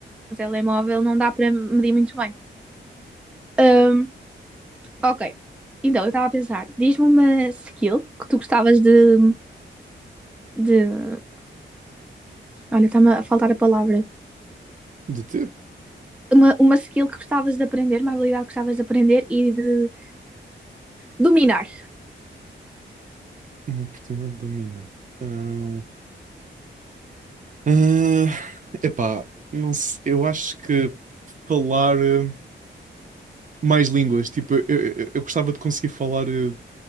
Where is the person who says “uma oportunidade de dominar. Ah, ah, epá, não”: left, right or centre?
Right